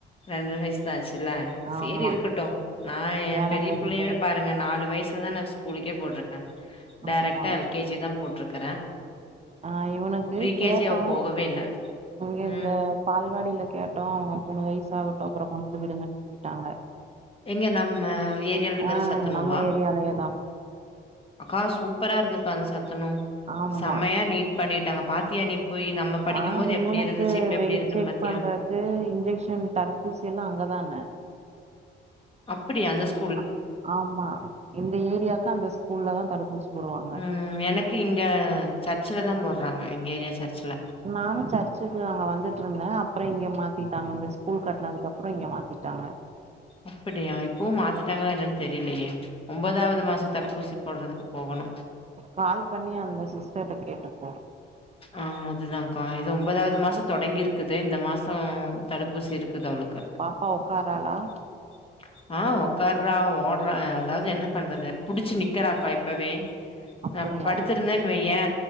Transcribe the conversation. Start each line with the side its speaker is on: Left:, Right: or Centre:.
Left: ரெண்ற வயசு தா ஆச்சுல்ல சேரி
Right: ஆமா
Left: இருக்கட்டு நா ஏன்
Right: ஜனவரில
Left: பெரிய புள்ளயவே பாருங்க நாலு வயசுலதா நா ஸ்கூலுக்கே போட்ருக்க டேரக்ட்டா
Right: ஆமா
Left: எல் கே ஜி தா போட்ருக்கறே
Right: ஆ இவனுக்கு
Left: ப்ரீ
Right: கேட்டோ
Left: கே ஜி அவ போகவே இல்ல
Right: அங்க
Left: ம்
Right: இந்த பால்வாடில கேட்டோ அவங்க மூணு வயசாகட்டு அப்புறொ கொண்டுவந்து விடுங்கன்னு சொல்லிட்டாங்க
Left: எங்க நம்ம ஏரியால இருக்கிற
Right: ஆ
Left: சத்துணவா
Right: நம்ம ஏரியாலயேதா
Left: அக்கா சூப்பரா இருக்குக்கா அந்த சத்துணவு
Right: ஆமா
Left: செம்மையா நீட் பண்ணிட்டாங்க பாத்தியா நீ போய் நம்ம படிக்கும்
Right: ஆ
Left: போது எப்டி
Right: இவனுக்கு
Left: இருந்துச்சு இப்ப எப்டி
Right: வெயிட்
Left: இருக்குன்னு
Right: செக்
Left: பாத்தியா
Right: பண்றது இன்ஜெக்ஷ்ன் தடுப்பூசி எல்லா அங்கதான
Left: அப்படியா அந்த ஸ்கூ
Right: அ ஆமா இந்த ஏரியாக்கு அந்த ஸ்கூல்ல தா தடுப்பூசி போடுவாங்க
Left: ம் எனக்கு இங்க சர்ச்சில தா போட்றாங்க எங்க ஏரியா சர்ச்சில
Right: நானு சர்ச்சுக்கு அங்க வந்துட்ருந்தே அப்பற இங்க மாத்திட்டாங்க இந்த ஸ்கூல் கட்னதுக்கு அப்புறொ இங்க மாத்திட் ட்டாங்க
Left: அப்படியா இப்பவும் மாத்திட்டாங்களா என்னன்னு தெரிலயே ஒம்பதாவ்து மாச தடுப்பூசி போட்றதுக்கு போகணு
Right: கால் பண்ணி அந்த சிஸ்டர்ட கேட்டுப்போ
Left: ஆ அதுதாக்கா இது ஒம்பதாவ்து மாசத் தொடங்கி இருக்குது இந்த மாசொ தடுப்பூசி இருக்குது அவளுக்கு
Right: பாப்பா ஒக்காராளா
Left: <inaudible> ஆ ஒக்காறா ஓட்றா அதாது என்ன பண்றது புடிச்சு நிக்கறாக்கா இப்பவே
Right: அப்படியா
Left: நா படுத்துருந்தேன் வையே